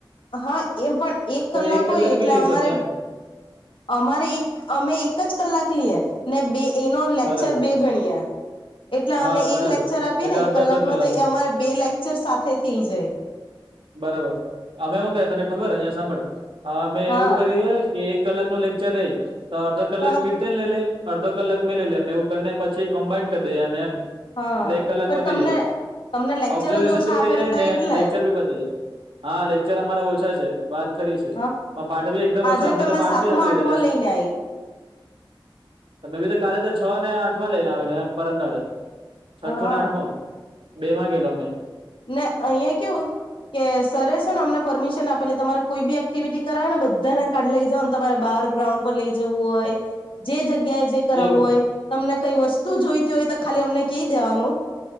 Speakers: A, on the left; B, on the right.
A: હા એમ પણ એક કલાક
B: તો
A: હોય એટલે
B: બી લઈ
A: અમારે
B: શકે એમ
A: અમારે એક અમે એક જ કલાક લઈએ ને બે એનો લેક્ચર
B: બરાબર
A: બે ગણીએ એટલે
B: હા
A: અમે
B: બરાબર
A: એક લેક્ચર આપીએ
B: એટલે
A: ને
B: અડધો
A: એક કલાક
B: અડધો કલાકનો
A: ન તો એ અમારે બે લેક્ચર સાથે થઇ જાય.
B: બરાબર અમે એવું કર તને ખબર? અહિયાં સાંભળ અમે
A: હા
B: એવું કરીએ કે એક કલાક નું લેક્ચર રહી તો અડધો કલાક
A: હા
B: ક લે લે અડધો કલાક મેં લઈ લે એમ એવું કરીને પછી કમ્બાઈડ કરી દઈએ એમ.
A: હા
B: એટલે એક કલાક
A: પણ
B: પતી
A: તમને
B: જાય
A: તમને લેક્ચર
B: ઓબ્ઝર્વેશન
A: જ ઓછા
B: બી
A: આપેલા
B: થઇ જાય ને
A: એટલે
B: લેક્ચર ભી પતી જાય. હા લેક્ચર અમારા ઓછા છે વાત ખરી છે
A: હા
B: પણ પાઠ બી એકદમ
A: આજે
B: ઓછા અમને તો
A: મેં
B: પાઠ
A: સાતમો
B: બી આપી
A: આઠમો
B: દીધે.
A: લઈને આઈ
B: તમે બી તો કાલે તો છ ને આઠ માં લઈને આવેલા એમ પરમંદાડે. છઠ્ઠું
A: હા
B: ને આઠમું બે માં ગેલો મે.
A: ના અહીંયા
B: હા
A: કે સરરે છે ને અમને પરમિશન આપેલી તમારે કોઈ બી એક્ટિવિટી કરાવે ને બધાને ક કાર્ડ લઈ જાવ ને તમારે બહાર ગ્રાઉન્ડ લઈ જવું હોય જે જગ્યાએ જે કરાવવું
B: એવું
A: હોય તમને કઈ વસ્તુ જોઈતી હોય તો ખાલી અમને કહી દેવાનું